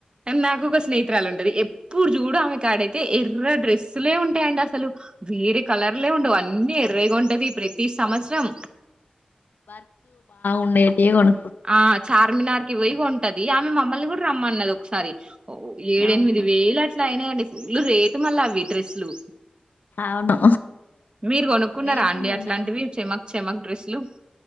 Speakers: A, on the right; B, on the left.
A: నాకు స్నేహితురాలు ఉండది ఇప్పుడు చూడు ఆమె కాడైతే ఎర్ర డ్రెస్సులే ఉంటాయండి అసలు వేరి కలర్లే ఉండ వంటీ ముదరేగా ఉంటది ప్రతి సంవత్సరం
B: ఉ ఏటి కొన
A: ఆ చార్మినార్కి పో ఉంటది ఆమె మమ్మల్ని కూడా రమ్మ అన్నారు ఒకసారి ఓ ఏడ
B: అవును
A: ఎనిమిది వేలు అట్లా అయినా లు రేటు మళ్ళ అవి డెస్సులు
B: అవును
A: మీరు కొనుక్కున్నారా
B: మేము
A: అండి
B: మొన్నాం
A: అట్లాంటివి చెమక్ చెమక్ డ్రెస్ హ